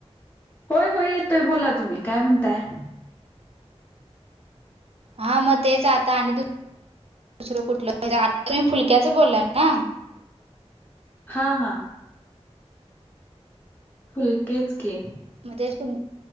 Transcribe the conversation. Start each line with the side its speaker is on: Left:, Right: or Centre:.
Left: होय होय येतोय बोला तुम्ही काय म्हणताय
Right: हा मग तेच आता आणि त- दुसरं कुठलं आता तुम्ही फुलक्याचं बोललाय ना?
Left: हा हा फुलकेच की.
Right: म तेच तु.